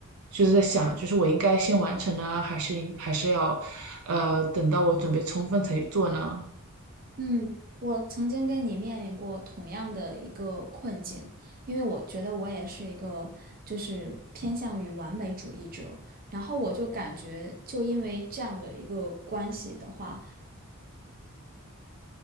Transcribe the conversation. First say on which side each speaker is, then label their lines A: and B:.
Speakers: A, on the right (about 75°); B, on the right (about 40°).
A: 就是在想，就是我应该先完成呢，还是应还是要，呃，等到我准备充分才去做呢？
B: 嗯，我曾经跟你面临过同样的一个困境，因为我觉得我也是一个就是偏向于完美主义者，然后我就感觉就因为这样的一个关系的话。